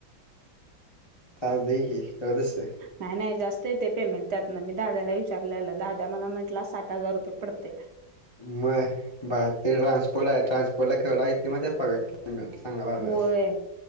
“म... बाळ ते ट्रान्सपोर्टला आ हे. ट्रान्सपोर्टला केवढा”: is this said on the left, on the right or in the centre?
Left